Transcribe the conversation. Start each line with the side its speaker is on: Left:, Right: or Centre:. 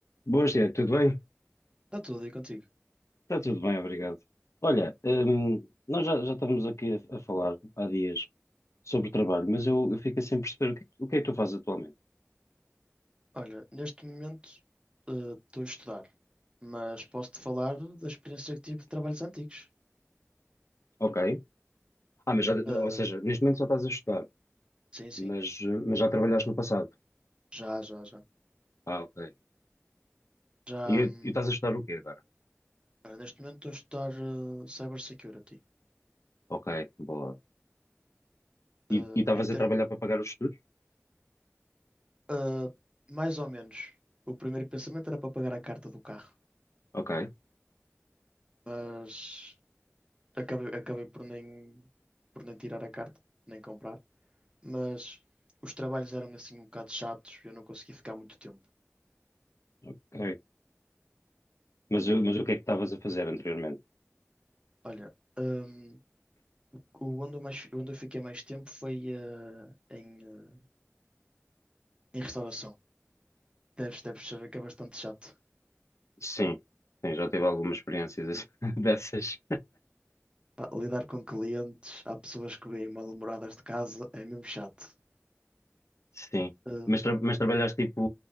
Left: Boas, Tiago, tudo bem?
Right: Está tudo aí contigo.
Left: Está tudo bem, obrigado. Olha, hum, nós já, já estamos aqui a, a falar há dias sobre trabalho, mas eu, eu fico sem perceber o que, é que- o que é que tu fazes atualmente.
Right: Olha, neste momento eh, estou a estudar, mas posso-te falar da experiência que tive de trabalhos antigos.
Left: Ok. Ah, mas já,
Right: Eh,
Left: ou seja, neste momento só estás a estudar,
Right: sim, sim,
Left: mas, eh, mas já trabalhaste no passado.
Right: já, já, já.
Left: Ah, ok.
Right: Já,
Left: E,
Right: hum,
Left: e estás a estudar o quê agora?
Right: olha, neste momento estou a estudar eh, Cybersecurity.
Left: Ok, boa.
Right: Eh,
Left: E e estavas
Right: em termos,
Left: a trabalhar para pagar os estudos?
Right: eh, mais ou menos, o primeiro pensamento era para pagar a carta do carro,
Left: Ok,
Right: mas acabei, acabei por nem, por nem tirar a carta, nem comprar. Mas os trabalhos eram assim um bocado chatos, eu não consegui ficar muito tempo.
Left: ok. Mas, eu- mas o que é que estavas a fazer anteriormente?
Right: Olha, hum, o onde eu mais, onde eu fiquei mais tempo foi eh, em, eh, em restauração. Deves, deves saber que é bastante chato.
Left: Sim, sim, já tive algumas experiências <laughs> dessas.
Right: Pá, lidar com clientes, há pessoas que vêm mal-humoradas de casa, é mesmo chato.
Left: Sim.
Right: Eh,
Left: Mas, tra- mas trabalhaste tipo